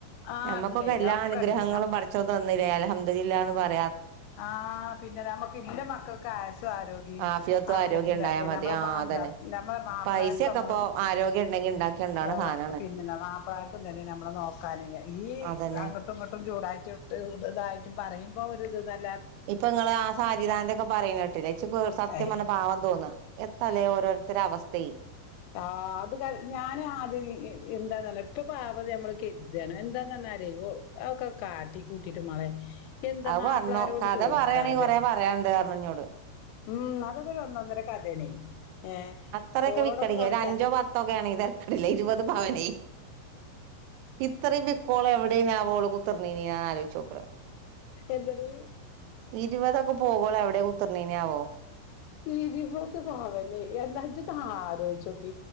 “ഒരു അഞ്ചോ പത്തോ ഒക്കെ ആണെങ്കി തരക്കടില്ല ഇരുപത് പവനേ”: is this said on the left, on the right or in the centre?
Right